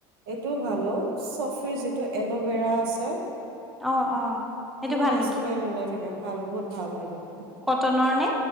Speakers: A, on the right; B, in the centre.
A: এইটোও ভাল অ' চফিৰ যিটো এল'ভেৰা আছে।
B: অ অ সেইটো
A: ধুনীয়া
B: ভাল নেকি
A: স্মেল ওলাই থাকে ভাল, বহুত ভাল হয় তেতিয়া।
B: কটনৰ নে?